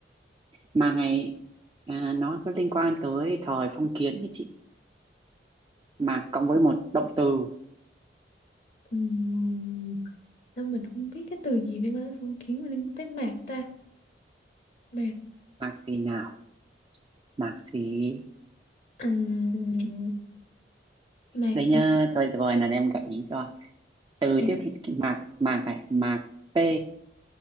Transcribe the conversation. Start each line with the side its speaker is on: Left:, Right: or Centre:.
Right: mà ngày à, nó có liên quan tới thời phong kiến như chị mạc cộng với một động từ
Left: Ừm, sao mình không biết cái từ gì liên quan đến phong kiến mà liên quan tới mạc ta. Mạc
Right: mạc gì nào mạc gì
Left: Ừm, mạc
Right: đây nha
Left: gì
Right: thôi được rồi là em gợi ý cho từ
Left: mạc
Right: tiếp thị cái mạc mạc này mạc p